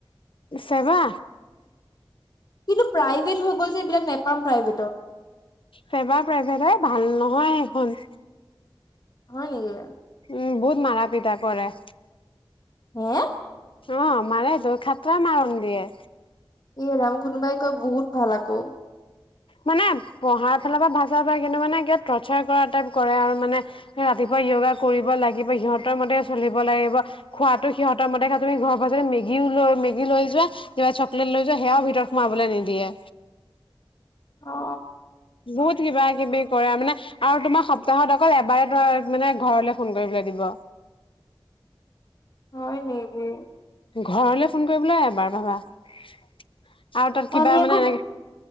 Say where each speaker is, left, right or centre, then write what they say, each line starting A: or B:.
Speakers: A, on the left; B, on the left.
A: চেৱা।
B: কিন্তু প্ৰাইভেট হৈ গ'ল যে এইবিলাক নেপাম প্ৰাইভেটত
A: ফেবা প্ৰেভেদ ভাল নহয় সেখন।
B: হয় নেকি?
A: উ বহুত মাৰা পিতা কৰে।
B: <unintelligible>
A: অ মাৰে তোৰ খাতৰা মাৰণ দিয়ে
B: এ ৰামঘুনুমাই <unintelligible> কয় বহুত ভাল আকৌ,
A: মানে পঢ়াৰ ফালৰ পৰা ভাচা <unintelligible> পৰা কিন্ত <unintelligible> মানে কিব ৰ্চাৰ <unintelligible> কৰা টাইপ কৰে আৰু মানে ৰাতিপুৱা যয়োগা <unintelligible> কৰিব লাগিব সিহঁতৰ মতে চলিব লাগিব খোৱাাতটো সিহঁতৰ মতে খা তুমি ঘৰৰ পৰা যদি মেগিও লৈ মেগী লৈ যোৱা কিবা চকলেট লৈ যোৱা সেয়াও ভিতৰত সোমাবলৈ নিদিয়ে
B: অ
A: বহত কিবা কিবি কৰেম <unintelligible> নে আৰু তোমাৰ সপ্তাহত অকল এবাৰে তোমাৰ মানে ঘৰলে ফোন কৰিবলৈ দিব।
B: হয় নেকি?
A: ঘৰলে ফোন কৰিবলৈ এবাৰ পাবা। <unintelligible> আৰু তাত কিবা
B: আমি আকৌ
A: মানে এনে